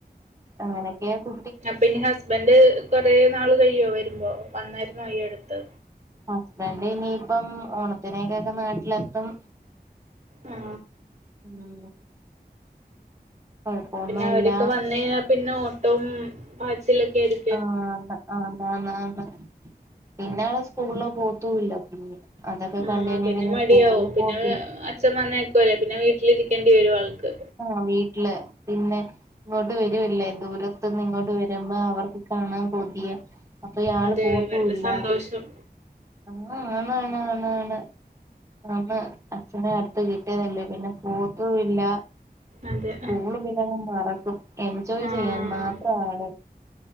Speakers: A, on the right (about 20°); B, on the right (about 45°).
A: അങ്ങനെയക്ക്യാ കു
B: അപ്പ ഇനി ഹസ്ബന്ഡ് കുറേ നാള് കഴിയോ വരുമ്പോ വന്നായിരുന്നോ ഈ അടുത്ത്
A: ഹസ്ബൻഡ ഇനിയിപ്പം ഓണത്തിനേക്കൊക്കെ നാട്ടിലെത്തും.
B: ആ
A: ഉം കൊഴപ്പൊന്നുല്ല
B: പിന്നെ അവരൊക്കെ വന്ന് കഴിഞ്ഞാ പിന്നെ ഓട്ടോം പാച്ചിലൊക്കെ ആയിരി
A: ആഹ് ആന്നാന്നന്ന പിന്നെവള് സ്കൂള്ല് പോത്തൂല്ല പിന്നെ അതൊക്കെ
B: ആഹ്
A: കണ്ട് കഴിഞ്ഞാ
B: പിന്നെ മടിയാവും
A: സ്കൂളില്
B: പിന്നെ
A: പോക്കില്ല
B: അച്ഛൻ വന്നേക്കുല്ലേ പിന്നെ വീട്ടിലിരിക്കേണ്ടി വരും ആൾക്ക്
A: ആഹ് വീട്ടില് പിന്നെ ഇങ്ങോട്ട് വരുല്ലേ ദൂരത്തുന്ന് ഇങ്ങോട്ട് വരുമ്പോ അവർക്ക് കാണാൻ കൊതിയ അപ്പൊ ഇയാള്
B: അതെ
A: പോതുള്ള
B: ഇവരുടെ സന്തോഷം
A: ആഹ് ആണ് ആണ് ആണ് ആണ് അന്ന് അച്ഛനെ അട്ത്ത് കിട്ടിയതല്ലേ പിന്നെ പോത്തുല്ല
B: അതെ
A: സ്കൂള് പിന്നെ അങ്ങ് മറക്കും എൻജോയ്
B: ആഹ്
A: ചെയ്യാൻ മാത്രം ആള്